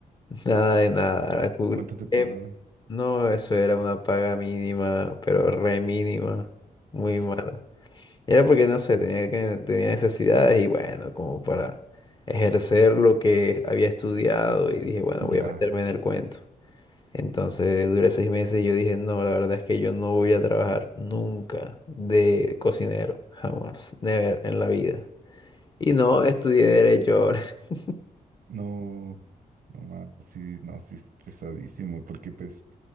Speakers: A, on the left; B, on the right.
A: Nada de nada. la cul-
B: ¿Cuánto te pagaban?
A: eh, no, eso era una paga mínima, pero re mínima. Muy
B: Tss,
A: mala. Y Era porque, no sé, tenía, que- tenía necesidades y bueno, como para ejercer lo que había estudiado y dije, bueno,
B: Ya,
A: voy a meterme en el cuento. Entonces duré seis meses y yo dije, no, la verdad es que yo no voy a trabajar nunca de cocinero, jamás, never en la vida. Y no, estudié derecho ahora. <laughs>
B: no, no más, sí, no, sí, es pesadísimo, porque pues